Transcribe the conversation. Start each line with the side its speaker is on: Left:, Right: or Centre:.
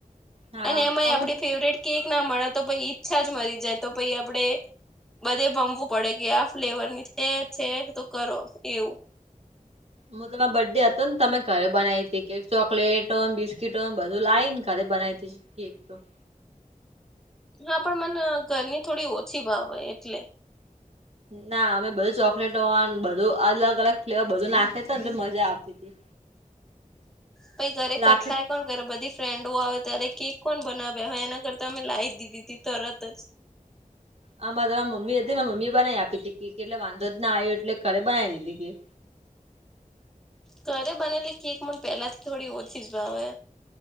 Right: હા
Centre: અને એમાં
Right: અમુક
Centre: આપે ફેવરેટ કેક ના મળે તો પછ ઈચ્છા જ મરી જાય તો પાઈ આપણે બધે ભમવું પડે કે આ ફ્લેવર ની છે છે તો કરો એવું.
Right: હું તમારા બર્થ ડે હતો ને તમે ઘરે બનાવી હતી કે ચોકલેટોને બિસ્કીટોને બધું લાવ ને ઘરે બનાવી હતી. કેક.
Centre: હા પણ મને ઘરની થોડી ઓછી ભાવ હોય એટલે.
Right: ના અમે બધું ચોકલેટો બધું અલગ અલગ ફ્લેવર બધું નાખે તો એટલે મજા આવતી હતી.
Centre: પાઈ ઘરે કઠલા
Right: લાગતી
Centre: કોણ કરે બધી ફ્રેન્ડો આવે ત્યારે કેક કોણ બનાવે્યા હવે એના કરતા અમે લાવી દીધી ત તરત જ.
Right: આ મારે મમ્મી હતી મામી એ બનાવી આપી હતી ક કે એટલે વાંધો જ ના આવ્યો એટલે ઘરે બનાવી દીધી.
Centre: ઘરે બનેલી કેક મન પેલા થી થોડી ઓછીજ ભાવે.